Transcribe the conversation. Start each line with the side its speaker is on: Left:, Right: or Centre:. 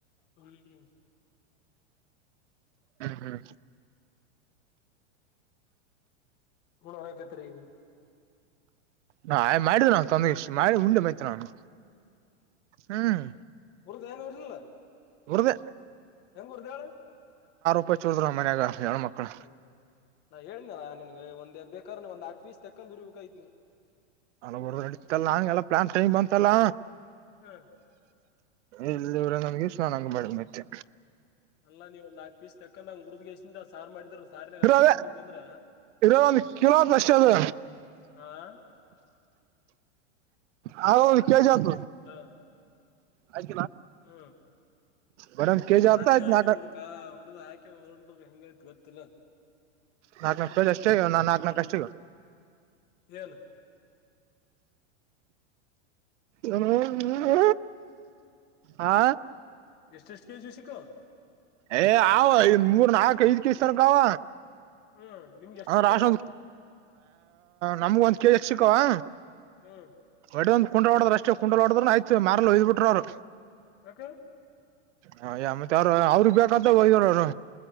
Left: ಹ್ಮ್
Right: ಹ್ಮ್
Left: ಹುನ ಆೆ ತರಿ
Right: ನಾ ಮಾಡಿದ ನಾ ತೊಂದ್ರೆ ಇಷ್ಟ ಮಾಡಿ ಉಂಡೆ ಮೈ್ತ ನಾನು ಹ್ಮ್
Left: ಅವರು ದನೂಊರಿಲಲ್ಲ
Right: ಬದ
Left: ನ್ ಕುರುದಯಳ
Right: ಪ್ಪ ಚೂಡಿದ್ರ ಮನ್ಯಾಗ ಹೆಣ ಮಕ್ಳು
Left: ಹ್ಮ್ ಹ್ಮ್್ಮ ನಾ ಹೇಳಿದನ ನಿನ್ಗ ಒಂದೇ ಬೇಕಾದ್ರ ಒಂದ್ ಆ್ ವೀಸ್ ತೆಕೊಂಡ್ ಉರ್ಬೇಕಾಯತ್ನಿ
Right: ಅಲ್ಲ ಬರ್ ನಡ ನಂಗೆಲ್ಲಾ ಪ್ಲಾನ್ ಟೈಮ್ ಬಂತಲ್ಲ
Left: ಹ್ಮ
Right: ಎಲ್ಲಿವರ ನಮ್ಗೆ ಸ್ನಾನಂಗ ಮಾಡ ಮತ್ತೆ
Left: ಅಲ್ಲಾ ನೀವು ಒಂದ ನಾಕಕ್ ಪೀಸ್ ತಕಂದಂಗ ಹುರ್ದ್ಸಿಂದ ಸಾರ್ ಮಾಡಿದ್ರ ಸಾರನೆಾಗ
Right: ಇರೋದೆ
Left: ಹಾಕಿ ನುಂಡಿದ್ದಂದ್ರ
Right: ಇರೋ ಒಂದ್ ಕಿಲೋ ಆತ್ ಅಷ್ಟೇ ಅದು
Left: ಆ <inaudible>
Right: ಹ ಕ ಜತ
Left: ಅಲೋ
Right: ಆಯ್
Left: ಹ್ಮ್
Right: ಬಡ ಕೆಜಿ
Left: ಕಾರ್ನಾಗ
Right: ಆತ ಆಯ್ತು
Left: ಹಾಕೊಂಡ್
Right: ನಾಟ
Left: ಕಾ ಹೊಡ್ದ ಹಾಕೊಂಡ್ ಹೊಂಡ್ರ ಹೆಂಗೈತ್ ಗೊತ್ತಿಲ್ಲ
Right: ನಾಕ್ ನಕಜ ಅಷ್ಟೇ ನಾ ನಾಕ್ ನಕು ಅಷ್ಟ
Left: ಯನು
Right: ಇ ಹ್ಮ ಹಾ
Left: ಎಷ್ಟ ಎಷ್ಟು ಕೆ ಜಿ ಸಿಕ್ಕೋ
Right: ಏ ಅವ ಇ ಮೂರ್ ನಾಲ್ಕ ಐದ್ ಕ ತನಕಾವ
Left: ಹ್ಮ್ ನಿಮ್ಗೆ ಎಷ್ಟ್
Right: ಅ
Left: ಸಿಕ್ಕವ್
Right: ರಾಶ
Left: ಲಾಸ್ಟ್
Right: ಒಂದ ನಮಗ ಒಂದ್ ಕೆಜಿಕ್ ಸಿಕ್ಕವಾ
Left: ಹ್ಮ್
Right: ಒಡ ಒಂದ್ ಕುಂಡಾ ಹೊಡ್ರ್ ಅಷ್ಟೇ ಕುಂಡಾ ಹೊಡದ್ರ ಆಯ್ತ್ ಮಾರ್ಲ್ ಹಯ್ ಬಿಟ್ರರು್ರು
Left: ಯಕ
Right: ಹ ಯ ಮತ್ತ ಅವ್ರ ಅವ್ರಗ್ ಬೇಕಂತ ಹೊದಿದ್ರ ಅವರು